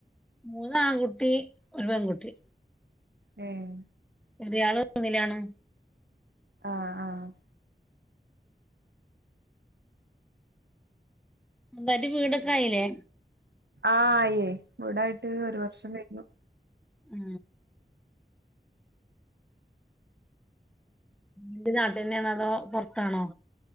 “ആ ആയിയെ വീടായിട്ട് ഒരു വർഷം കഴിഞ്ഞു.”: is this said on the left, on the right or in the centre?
Right